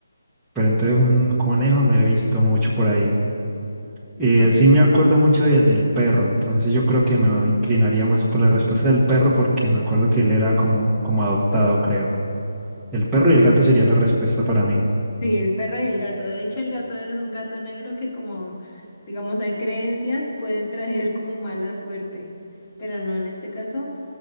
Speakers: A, in the centre; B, on the left (about 35°).
A: Pero entonces un conejo no he visto mucho por ahí. Eh,
B: Ok.
A: sí me acuerdo mucho de- del perro, entonces yo creo que me inclinaría más por la respuesta del perro porque me acuerdo que él era como, como adoptado, creo. El perro y el gato sería la respuesta para mí.
B: Sí, el perro y el gato. De hecho, el gato es un gato negro que como, digamos, hay creencias, puede traer <laughs> como mala suerte, pero no, en este caso